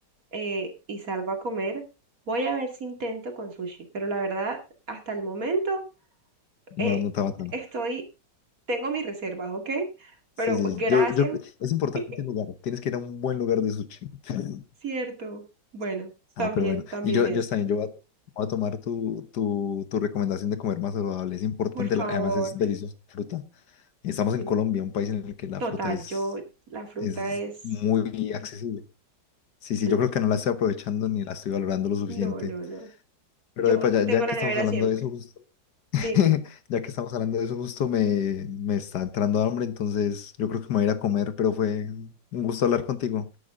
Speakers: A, on the right; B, on the left.
A: eh, y salgo a comer, voy a ver si intento con sushi. Pero la verdad, hasta el momento,
B: No,
A: eh,
B: no está matando.
A: estoy, tengo mis reservas, ¿ok? Pero
B: Sí, sí,
A: gracias,
B: sí. yo, yo, es importante
A: <laughs>
B: el lugar. Tienes que ir a un buen lugar de sushi. <laughs>
A: cierto. Bueno,
B: Ah,
A: también,
B: pero bueno.
A: también
B: Y yo,
A: es.
B: yo también, yo voy a, voy a tomar tu, tu, tu recomendación de comer más saludable. Es importante,
A: Por favor.
B: la- además es deliciosa la fruta. Estamos
A: sí.
B: en Colombia, un país en el que la
A: Total,
B: fruta es,
A: yo, la fruta
B: es
A: es...
B: muy accesible. Sí, sí,
A: el-
B: yo creo que no la estoy aprovechando ni la estoy valorando lo suficiente.
A: No, no, no.
B: Pero
A: Yo
B: epa, ya,
A: tengo
B: ya que
A: la
B: estamos
A: nevera
B: hablando
A: siempre.
B: de eso, <laughs>
A: Dime.
B: Ya que estamos hablando de eso, justo me, me está entrando hambre, entonces yo creo que me voy a ir a comer, pero fue un gusto hablar contigo.